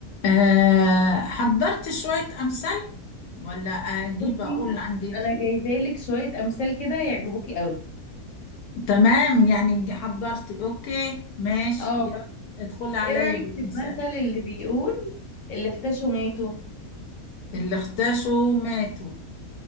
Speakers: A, on the left (about 80°); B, on the left (about 55°).
A: أه حضرت شوية أمثال ولا أجيب
B: بصي
A: أقول عندي
B: انا جايبالك شويه امثال كده يعجبوكي قوي
A: تمام يعني حضرت أوكي ماشي
B: اه
A: يلا ادخل عليا
B: ايه رايك
A: بالأمثال
B: في المثل اللي بيقول اللي اختشوا ماتوا
A: اللي اختشوا ماتوا